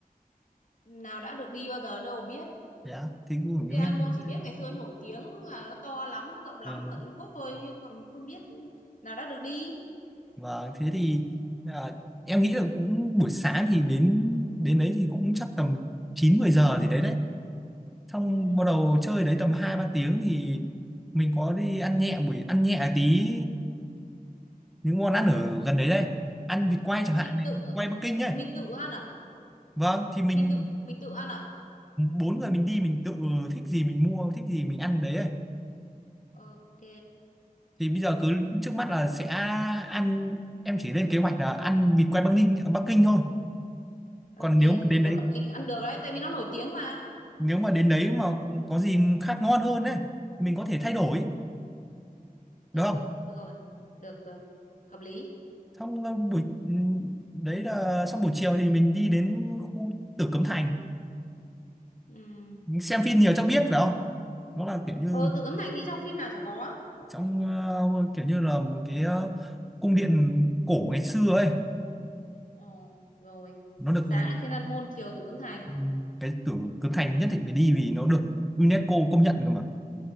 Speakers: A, on the left; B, in the centre.
A: nào đã được đi bao giờ đâu biết
B: dạ thì cũng cũng
A: thì An
B: nghe
A: Môn
B: nói
A: chỉ
B: thế.
A: biết ngày xưa nổi tiếng là nó to lắm rộng lắm
B: Ờ,
A: ở Trung Quốc thôi chứ còn không biết nào đã được đi
B: và thế thì à, em nghĩ là cũng buổi sáng thì đến đến đấy thì cũng chắc tầm 9 10 giờ gì đấy đấy xong
A: ừ.
B: bắt đầu chơi đấy tầm hai ba tiếng thì mình có đi ăn nhẹ buổi ăn nhẹ tí những món ăn ở gần đấy đây ăn vịt quay chẳng
A: mình
B: hạn này
A: tự
B: vịt quay Bắc Kinh ấy
A: mình tự ăn à
B: vâng thì mình
A: mình tự mình tự ăn à
B: bốn người mình đi mình tự thích gì mình mua thích gì mình ăn đấy ấy.
A: ok
B: thì bây giờ cứ trước mắt là sẽ ăn em chỉ lên kế hoạch là ăn vịt quay Bắc Ninh Bắc Kinh thôi
A: ok
B: còn
A: thì
B: nếu mà đến
A: vì
B: đấy
A: có Bắc Kinh ăn được đấy tại vì nó nổi tiếng mà
B: nếu mà đến đấy mà có gì khác ngon hơn ấy thì mình có thể thay đổi
A: ừ
B: được không
A: được rồi được được hợp lý
B: xong ờ, buổi ừ, đấy là xong buổi chiều thì mình đi đến khu Tử Cấm Thành
A: ừ
B: Mình xem phim nhiều chắc biết phải không nó là kiểu như
A: ờ Tử Cấm Thành thì trong phim nào chả có
B: trong ờ, kiểu như là một cái ờ, cung điện cổ ngày xưa ấy
A: ờ rồi
B: nó được
A: sáng là Thiên An Môn chiều Tử Cấm Thành
B: ừ, cái Tử Cấm Thành nhất định phải đi vì nó được UNESCO công nhận cơ mà